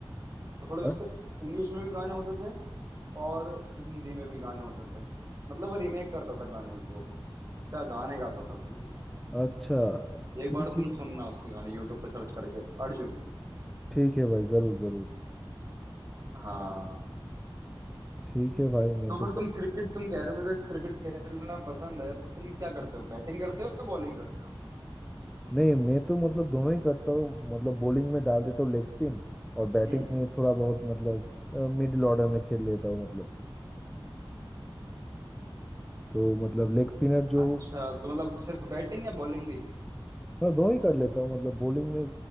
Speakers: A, on the right (about 40°); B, in the centre.
A: वो थोड़े उसके
B: हाँ
A: इंग्लिश में भी गाने होते थे और हिंदी में भी गाने होते थे मतलब वो रीमेक करता था गाने को क्या गाने गाता था भाई वो।
B: अच्छा
A: एक
B: ठीक
A: बार तुम
B: है
A: सुनना उसके गाने यूट्यूब पे सर्च करके अर्जुन
B: ठीक है भाई जरूर जरूर हाँ,
A: हाँ
B: ठीक है भाई मैं
A: तो
B: तो
A: फिर तुम क्रिकेट तुम कह रहे हो मुझे क्रिकेट खेलना पसंद है तो तुम क्या करते हो बैटिंग करते हो बॉलिंग करते हो
B: नहीं मैं तो मतलब दोनों ही करता हूँ मतलब बॉलिंग में डाल देता हूँ लेग स्पिन और बैटिंग
A: हम्म
B: में थोड़ा बहुत मतलब मिडिल ऑर्डर में खेल लेता हूँ मतलब तो मतलब लेग स्पिनर जो
A: अच्छा तो मतलब सिर्फ बैटिंग या बॉलिंग भी
B: मैं दोनों ही कर लेता हूँ मतलब बॉलिंग में